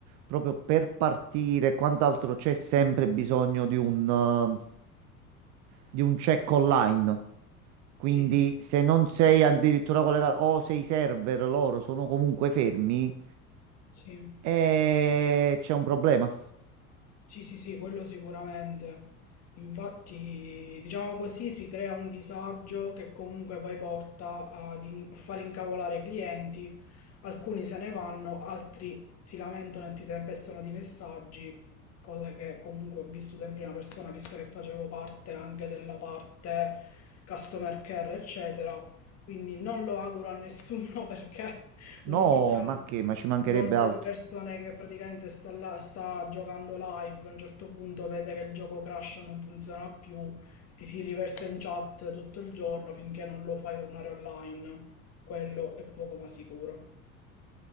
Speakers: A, on the right (about 40°); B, on the left (about 35°).
A: proprio per partire e quant'altro c'è sempre bisogno di un, eh, di un check online. Quindi
B: sì,
A: se non sei addirittura collegato o se i server loro sono comunque fermi,
B: sì.
A: eh, c'è un problema.
B: Sì, sì, sì, quello sicuramente. Infatti, diciamo così, si crea un disagio che comunque poi porta ad in- a far incavolare i clienti. Alcuni se ne vanno, altri si lamentano e ti tempestano di messaggi, cosa che comunque ho vissuto in prima persona, visto che facevo parte anche della parte customer care, eccetera. Quindi non lo auguro a nessuno <laughs> perché
A: No,
B: un'orda
A: ma che? Ma ci mancherebbe
B: un'orda
A: altro.
B: di persone che praticamente sta là, sta giocando live, a un certo punto vede che il gioco crasha, non funziona più, ti si riversa in chat tutto il giorno finché non lo fai tornare online. Quello è poco ma sicuro.